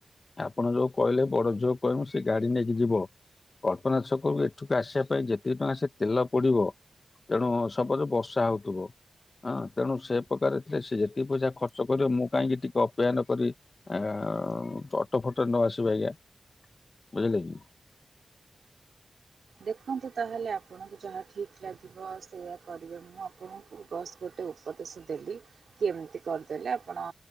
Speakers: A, on the left; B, on the right.
A: ଆପଣ ଯୋଉ କହିଲେ ବଡ ଝୁଅକୁ କହିବୁ ସେ ଗାଡି ନେଇକି ଯିବ କଳ୍ପନା ଛକରୁ ଏଠକୁ ଆସିବା ପାଇଁ ଯେତିକି ଟଙ୍କା ସେ ତେଲ ପଡିବ ତେଣୁ ସପଜ ବର୍ଷା ହଉଥିବ ହଁ ତେଣୁ ସେ ପ୍ରକାର ଥିଲେ ସେ ଯେତିକି ପଇସା ଖର୍ଚ୍ଚ କରିବ ମୁଁ କାହିଁକି ଟିକେ ଅପେକ୍ଷା ନକରିବି। ଆ ଅଟୋ ଫଟୋ ରେ ନ ଆସିବେ ଆଜ୍ଞା ବୁଝିଲେ କି?
B: ଦେଖନ୍ତୁ ତାହେଲେ ଆପଣଙ୍କୁ ଯାହା ଠିକ୍ ଲାଗିବ ସେଇୟା କରିବେ ମୁଁ ଆପଣ ବସ୍ ଗୋଟେ ଉପଦେଶ ଦେଲି କି ଏମିତି କରିଦେଲେ ଆପଣ